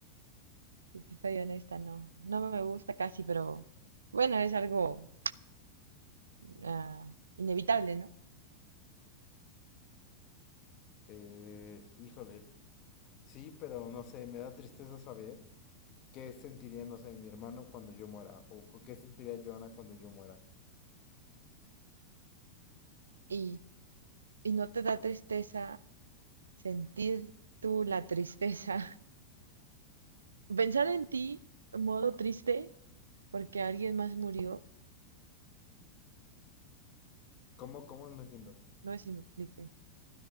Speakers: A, on the right; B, on the left.
A: Si te soy honesta, no. No me gusta casi, pero bueno, es algo ah, inevitable, ¿no?
B: Eh, híjole. Sí, pero no sé, me da tristeza saber qué sentiría, no sé, mi hermano cuando yo muera o co- qué sentiría Joana cuando yo muera.
A: Y, y no te da tristeza sentir tú la tristeza. <laughs> Pensar en ti en modo triste porque alguien más murió,
B: ¿Cómo? ¿Cómo? No entiendo.
A: no sé si me explique.